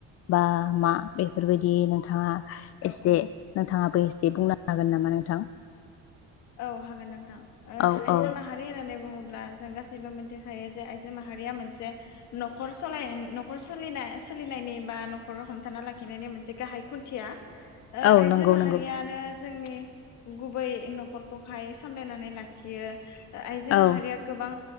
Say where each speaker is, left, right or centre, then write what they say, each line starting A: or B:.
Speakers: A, on the left (about 55°); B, on the left (about 70°).
A: बा मा बेफोरबायदि नोंथाङा
B: औ
A: एसे
B: औ
A: नोंथाङाबो एसे बुंनो हागोन नामा नोंथां।
B: औ हागोन नोंथां ओ
A: औ
B: आइजो
A: औ
B: माहारि होननानै बुङोब्ला जों गासैबो मोनथिखायो जे आइजो माहारिया मोनसे नखर सलाय ओ नखर सलिना सोलिनायनि बा नखराव हमथाना लाखिनायनि मोनसे गाहाय खुन्थिया। ओ
A: औ
B: आइजो
A: नंगौ
B: माहारियानो
A: नंगौ
B: जोंनि गुबै नखर खौहाय सामलायनानै लाखियो। आइजो
A: औ
B: माहारिया गोबां